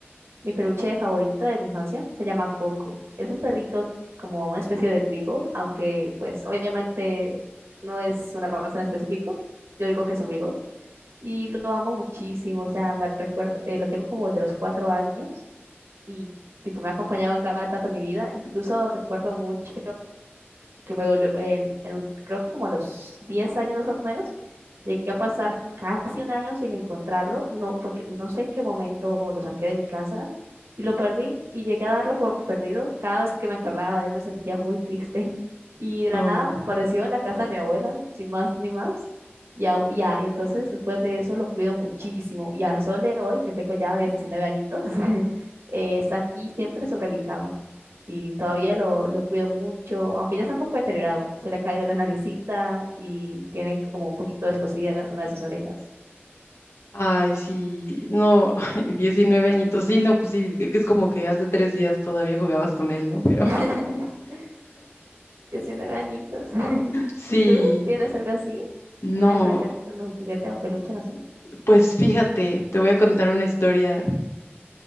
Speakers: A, on the right; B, on the left.
A: mi peluche favorito de mi infancia. Se llama Coco. Es un perrito como una especie de beagle, aunque pues obviamente no es una raza en específico. Yo digo que es un beagle. Y lo amo muchísimo, o sea, me recuerda, eh, lo tengo como de los cuatro años y tipo, me ha acompañado en cada etapa de mi vida. Incluso recuerdo mucho que me dolió, en, en un- creo que como a los 10 años más o menos, llegué a pasar casi un año sin encontrarlo, no, porque no sé en qué momento lo saqué de mi casa y lo perdí y llegué a darlo por perdido. Cada vez que me acordaba de él me sentía muy triste <laughs> y de la
B: Oh,
A: nada apareció en la casa de mi abuela, sin más ni más. y Ya, ya, entonces después de eso lo cuido muchísimo y a Sole hoy, que tengo ya 19 añitos, <laughs> eh, está aquí siempre sobre mi cama y todavía lo, lo cuido mucho, aunque ya está un poco deteriorado, se le ha caído la naricita y tiene como un poquito descosidas una de sus orejas.
B: ay, sí, no, <laughs> diecinueve añitos, sí, no, pues sí, es como que hace tres días todavía jugabas con él, ¿no? Pero
A: <laughs>
B: <laughs>
A: Yo soy dañitos. <laughs>
B: sí,
A: ¿Y tú tienes algo así?
B: no,
A: ¿Una conexión con un juguete un peluche, no sé?
B: pues fíjate, te voy a contar una historia.